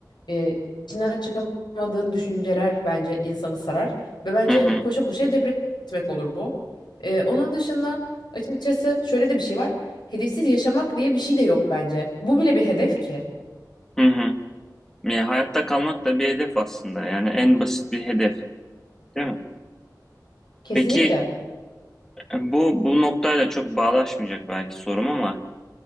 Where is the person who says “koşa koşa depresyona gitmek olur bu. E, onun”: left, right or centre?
Left